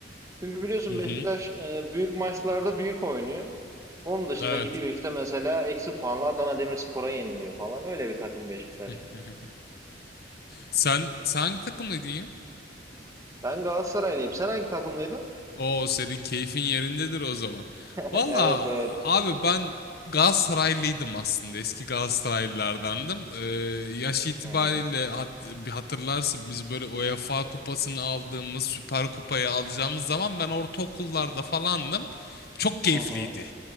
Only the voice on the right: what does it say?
Çünkü biliyorsun
Beşiktaş e, büyük maçlarda büyük oynuyor. Onun dışında
gidiyor işte mesela eksi puanla Adana Demirspor'a yeniliyor falan. Öyle bir takım Beşiktaş.
Ben Galatasaraylıyım. Sen hangi takımlıydın?
<laughs>
Evet evet.
Hı hı.
Hı hı.